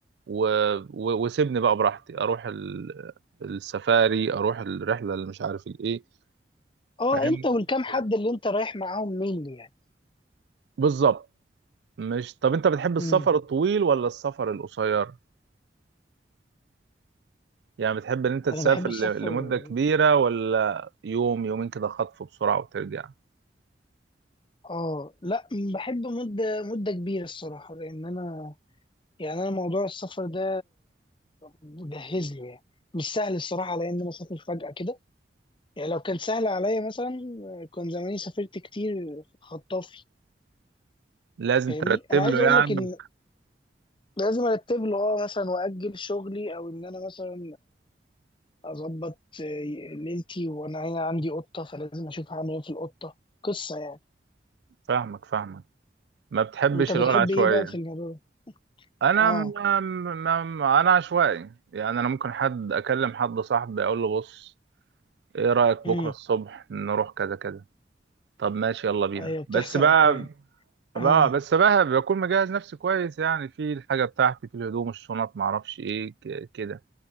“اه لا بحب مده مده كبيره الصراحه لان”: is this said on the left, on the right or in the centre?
Left